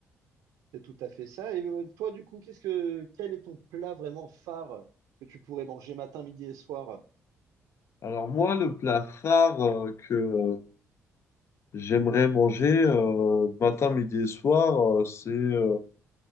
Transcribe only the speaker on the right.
C'est tout à fait ça. Et euh, toi, du coup, qu'est-ce que quel est ton plat vraiment phare que tu pourrais manger matin, midi et soir?